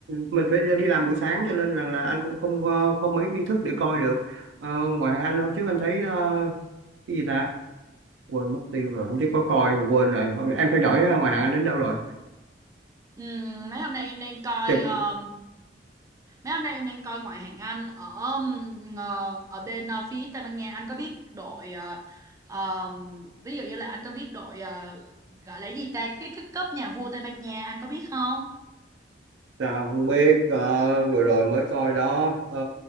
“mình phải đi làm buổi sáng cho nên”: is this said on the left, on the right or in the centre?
Right